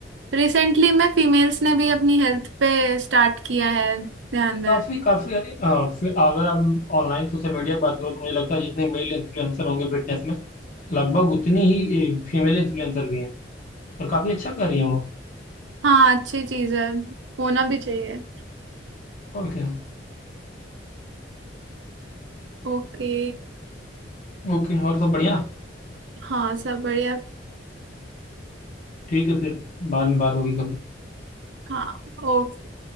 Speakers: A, on the right; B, on the left.
A: रिसेंटली मैं फीमेल्स ने भी अपनी हेल्थ पे स्टार्ट किया है ध्यान देना
B: काफी काफी अरे अ, फिर अगर आप ऑनलाइन सोशल मीडिया की बात करो तो मुझे लगता है जितने मेल इन्फ्लुएंसर होंगे फिटनेस में लगभग उतनी ही फीमेल इन्फ्लुएंसर भी हैं और काफी अच्छा कर रही हैं वो
A: हाँ अच्छी चीज है होना भी चाहिए
B: और क्या
A: ओके
B: ओके और सब बढ़िया
A: हाँ सब बढ़िया
B: ठीक है फिर बाद में बात होगी कभी
A: हाँ ओके